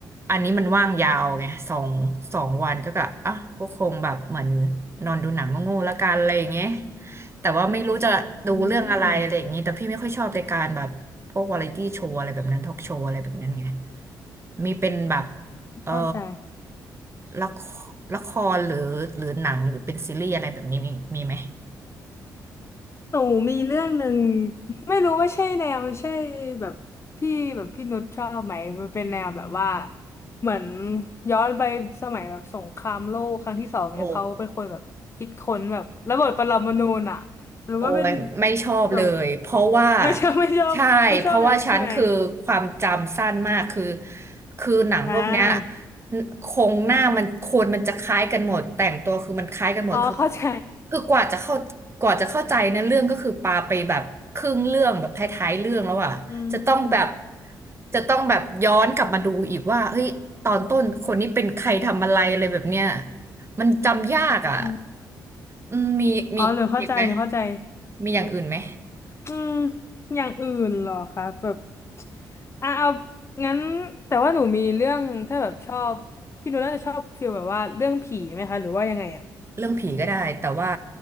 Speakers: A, on the right; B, on the left.
A: อันนี้มันว่างยาวไงสองสองวันก็กะอ่ะก็คงแบบเหมือนนอนดูหนังโง่ๆละกันอะไรอย่างเงี้ยแต่ว่าไม่รู้จะดูเรื่องอะไรอะไรอย่างงี้แต่พี่ไม่ค่อยชอบรายการแบบพวกวาไรตี้โชว์อะไรแบบนั้นทอล์กโชว์อะไรแบบนั้นไง
B: อืม
A: มีเป็นแบบเออ
B: เข้าใจ
A: ละครละครหรือหรือหนังหรือเป็นซีรีส์อะไรแบบนี้มีมีไหม
B: หนูมีเรื่องหนึ่งไม่รู้ว่าใช่แนวใช่แบบที่แบบพี่นุชชอบไหมมันเป็นแนวแบบว่าเหมือนย้อนไปสมัยแบบสงครามโลกครั้งที่สองเนี่ยเขาเป็นคนแบบคิดค้นแบบระเบิดปรมาณูน่ะหรือว่าเป็น
A: โอ้ โอ้ยไม่ชอบเลยเพราะว่า
B: แบบไม่ชอบ <laughs> ไม่ชอบไม่ชอบแนวนี้ใช่ไหม
A: ใช่เพราะว่าฉันคือความจำสั้นมากคือคือหนังพวกเนี้ย
B: อ่า
A: โครงหน้ามันคนมันจะคล้ายกันหมดแต่งตัวคือมันคล้ายกันหมดคือ
B: อ๋อเข้าใจ
A: คือกว่าจะเข้ากว่าจะเข้าใจเนอเรื่องก็คือปาไปแบบครึ่งเรื่องแบบท้ายๆเรื่องแล้วอ่ะจะต้องแบบ
B: อืมอืม
A: จะต้องแบบย้อนกลับมาดูอีกว่าเฮ้ยตอนต้นคนนี้เป็นใครทำอะไรอะไรแบบเนี้ยมันจำยากอ่ะ
B: อืม
A: อืมมีมีอีกไหม
B: อ๋อหนูเข้าใจหนูเข้าใจ
A: มีอย่างอื่นไหม
B: อืมอย่างอื่นเหรอคะแบบอ่ะเอางั้นแต่ว่าหนูมีเรื่องถ้าแบบชอบพี่หนูน่าจะชอบฟีลแบบว่าเรื่องผีไหมคะหรือว่ายังไงอ่ะ
A: เรื่องผีก็ได้แต่ว่า